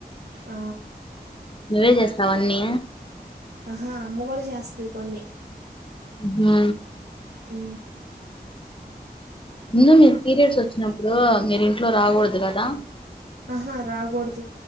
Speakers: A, on the right; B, on the left.
A: ఆ
B: నువ్వే చేస్తావ అన్నీ
A: ఆహా అమ్మ కూడా చేస్తది కొన్ని
B: హ
A: ఉ
B: ముందు మీ పీరియడ్స్ వచ్చినప్పుడు మీరు ఇంట్లో రాకూడదు కదా
A: ఆహా రాకూడదు